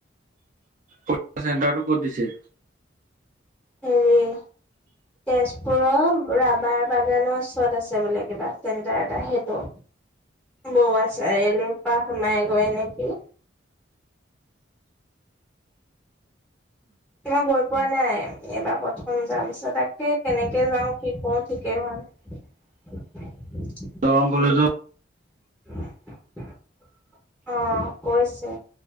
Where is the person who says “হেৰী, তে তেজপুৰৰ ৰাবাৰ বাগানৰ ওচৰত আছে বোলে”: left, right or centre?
Centre